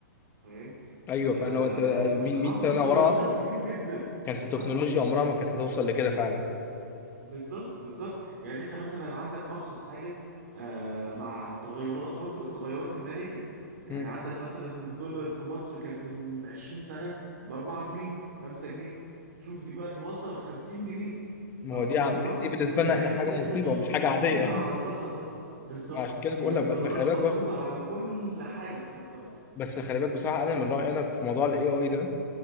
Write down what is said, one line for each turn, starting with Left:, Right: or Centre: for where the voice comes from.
Right: فاهم
Left: ايوه
Right: آه
Left: فعلا لو انت مين
Right: حصل
Left: 100 سنه
Right: تغيرات
Left: ورا
Right: كتير جدا
Left: كانت
Right: بالظبط
Left: التكنولوجيا عمرها ما كانت هتوصل لكده فعلا
Right: بالظبط بالظبط يعني انت مثلا عندك ابسط حاجه آه مع التغيرات برضو التغيرات الماليه يعني
Left: مم.
Right: عندك مثلا الدولار في مصر كان من 20 سنه ب 4 جنيه 5 جنيه شوف دلوقتي وصل 50 جنيه
Left: ما
Right: فالتغيرات
Left: هو دي عم... دي بالنسبه لنا
Right: فهي
Left: احنا
Right: كده
Left: حاجه مصيبه
Right: كده م-
Left: ومش
Right: مش
Left: حاجه
Right: مفروضه
Left: عاديه
Right: على
Left: <laughs>
Right: البشر بس بالظبط
Left: عشان كده بقول
Right: هي التغيرات
Left: لك بس خلي بالك
Right: مفروضه
Left: بر...
Right: على كل حاجه في المجتمع
Left: بس خلي بالك بصراحه انا من رايي انا في موضوع الاي اي ده